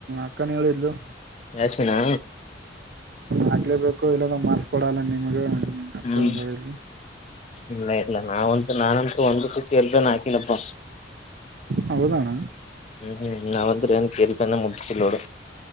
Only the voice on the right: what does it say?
ಅಕ್ಕನ ಹೇಳಿದ್ಲು.
ಹಾಕ್ಲೇ ಬೇಕು ಇಲ್ಲದ ಮಾರ್ಕ್ಸ್ ಕೊಡಲ್ಲ ನಿಂಗು ನೀನಂತೂ
ಹೃಲಿಲ್ಲ.
ಹೌದಣ್ಣ